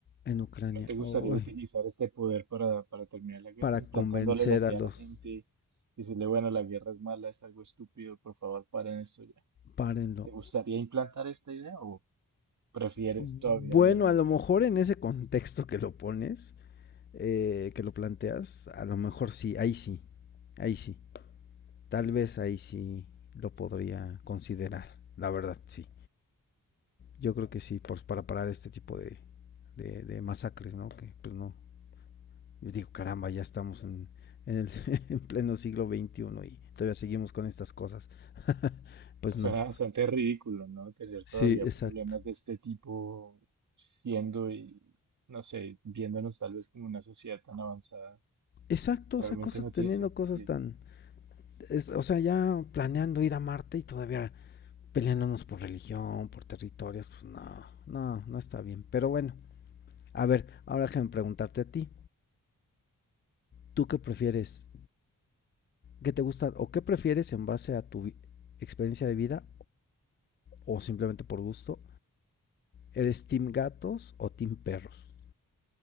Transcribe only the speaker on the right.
¿no te gustaría
utilizar este poder para, para terminar la guerra,
implantándole
la idea
a la gente, decirle, bueno, la guerra es mala, es algo estúpido, por favor, paren esto ya?
¿Te gustaría implantar esta idea o prefieres
todavía leer mentes?
Suena
bastante ridículo, ¿no? Tener
todavía
problemas de este tipo siendo y, no sé, viéndonos tal vez como una sociedad tan avanzada.
Realmente
no tiene
sentido.